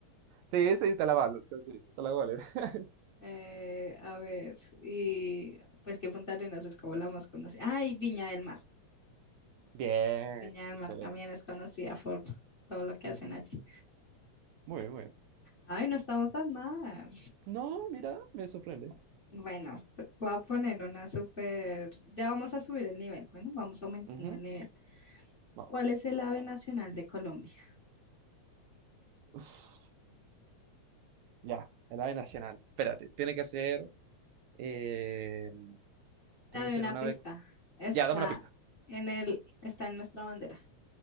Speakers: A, on the right; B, on the left.
A: Sí, sí, te la valo. te- sí, te la vale. <laughs>
B: Eh, a ver, y pues que Punta Arenas es como la más conocida. Ay, Viña del Mar.
A: Bien,
B: Viña del
A: excelente.
B: Mar también es conocida por todo lo que
A: Ujú,
B: hacen allí.
A: Muy bien, muy bien.
B: Ay, no estamos tan mal.
A: No, mira, me sorprende.
B: Bueno, te- voy a poner una súper... Ya vamos a subir el nivel. Bueno, vamos aumentando
A: Ujú,
B: el nivel.
A: Vamos.
B: ¿Cuál es el ave nacional de Colombia?
A: Uf. Ya, el ave nacional. Espérate, tiene que ser. eh,
B: Te
A: tiene
B: doy
A: que ser
B: una
A: un ave.
B: pista. Está
A: Ya, dame una pista.
B: en el, está en nuestra bandera.